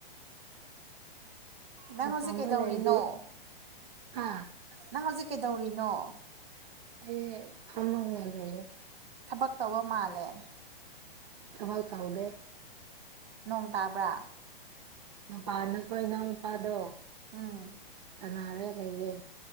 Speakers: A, on the right; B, on the right.
A: ꯅꯪ
B: ꯅꯇꯣꯝꯇ
A: ꯍꯧꯖꯤꯛ ꯀꯩꯗꯧꯔꯤꯅꯣ꯫
B: ꯂꯩꯔꯗꯤ ꯍꯥ
A: ꯅꯪ ꯍꯧꯖꯤꯛ ꯀꯩꯗꯧꯔꯤꯅꯣ꯫
B: ꯑꯩ ꯐꯝꯃꯒ ꯂꯩꯌꯦ꯫
A: ꯊꯕꯛ ꯇꯧꯕ ꯃꯥꯜꯂꯦ꯫
B: ꯊꯕꯛ ꯇꯧꯗꯦ꯫
A: ꯅꯣꯡ ꯇꯥꯕ꯭ꯔꯥ꯫
B: ꯃꯄꯥꯥꯟꯗ ꯑꯩꯈꯣꯏ ꯏꯅꯥꯎ ꯅꯨꯄꯥꯗꯣ
A: ꯎꯝ
B: ꯁꯅꯔ ꯂꯩꯌꯦ꯫